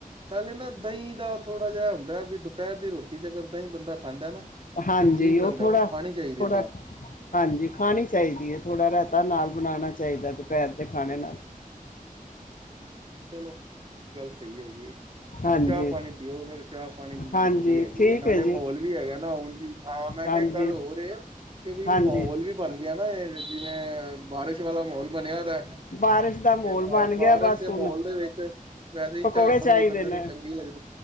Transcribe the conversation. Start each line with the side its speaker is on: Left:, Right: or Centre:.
Right: ਨਾਲੇ ਨਾ ਦਹੀਂ ਦਾ ਥੋੜ੍ਹਾ ਜਿਹਾ ਹੁੰਦਾ ਵੀ, ਦੁਪਹਿਰ ਦੀ ਰੋਟੀ ਚ ਅਗਰ ਦਹੀਂ ਬੰਦਾ ਖਾਂਦਾ ਨਾ
Left: ਹਾਂਜੀ
Right: ਤੇ ਠੀਕ ਰਹਿੰਦਾ,
Left: ਉਹ ਥੋੜਾ
Right: ਖਾਣੀ ਚਾਹੀਦੀ
Left: ਥੋੜਾ
Right: ਏ ਦਹੀਂ।
Left: ਹਾਂਜੀ ਖਾਣੀ ਚਾਹੀਦੀ ਏ, ਥੋੜਾ ਰਾਏਤਾ ਨਾਲ ਬਣਾਣਾ ਚਾਹੀਦਾ, ਦੁਪਹਿਰ ਦੇ ਖਾਣੇ ਨਾਲ।
Right: ਹਾਂਜੀ ਚਲੋ, ਇਹ ਗੱਲ ਸਹੀ ਹੈਗੀ ਏ।
Left: ਹਾਂਜੀ
Right: ਚਾਹ-ਪਾਣੀ ਪੀਓ, ਫਿਰ ਚਾਹ-ਪਾਣੀ ਵੀ
Left: ਹਾਂਜੀ
Right: ਜ਼ਰੂਰੀ ਹੈਗੀ
Left: ਠੀਕ
Right: ਏ, ਨਾਲੇ
Left: ਹੈ ਜੀ
Right: ਮਹੌਲ ਵੀ ਹੈਗਾ ਨਾ ਹੁਣ ਜੀ, ਹਾਂ ਮੈਂ ਕਿਹਾ
Left: ਹਾਂਜੀ
Right: ਇੱਕ ਗੱਲ ਹੋਰ ਏ, ਕਿ
Left: ਹਾਂਜੀ
Right: ਮਾਹੌਲ ਵੀ ਬਣ ਗਿਆ ਨਾ ਇਹ। ਜਿਵੇਂ ਬਾਰਿਸ਼ ਵਾਲਾ ਮਹੌਲ ਬਣਿਆ ਦਾ,
Left: ਬਾਰਿਸ਼ ਦਾ ਮਾਹੌਲ
Right: ਤੇ
Left: ਬਣ
Right: ਬਾਰਿਸ਼
Left: ਗਿਆ ਬਸ
Right: ਦੇ
Left: ਹੁਣ
Right: ਮੋਲ ਦੇ ਵਿੱਚ ਵੈਸੇ ਈ
Left: ਪਕੌੜੇ
Right: ਚਾਹ-ਪਾਣੀ
Left: ਚਾਹੀਦੇ
Right: ਬੰਦੇ
Left: ਨੇ
Right: ਨੂੰ ਚੰਗੀ ਲੱਗਦੀ